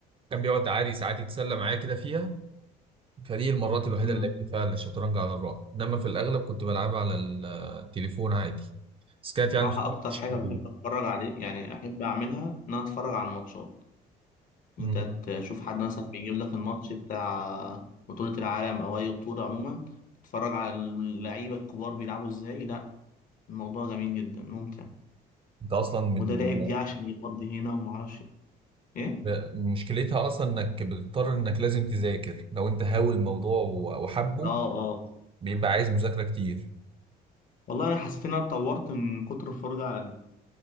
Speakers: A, on the right; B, on the left.
A: كان بيقعد عادي ساعات يتسلى معايا كده فيها فدي المرات الوحيدة
B: آه.
A: اللي لعبت فيها الشطرنج على الرقعة انما في الاغلب كنت بلعبها على ال- التليفون عادي بس كانت يعني
B: صراحة
A: بصراحة
B: أكتر
A: شيء-
B: حاجة بحب أتفرج عليه يعني أحب أعملها إن أنا أتفرج على الماتشات
A: <laughs>
B: أنت
A: مم.
B: تشوف حد مثلا بيجيب لك الماتش بتاع بطولة العالم أو أي بطولة عموما تتفرج على اللعيبة الكبار بيلعبوا إزاي لأ الموضوع جميل جدا ممتع
A: انت اصلا من
B: وده لعب دي عشان يقضي هنا ومعرفش إيه إيه؟
A: ب- مشكلتها اصلا انك بتضطر انك لازم تذاكر لو انت هاوي الموضوع و- وحبه
B: آه آه
A: بيبقى عايز مذاكره كتير
B: والله أنا حسيت إن أنا اتطورت من كتر الفرجة على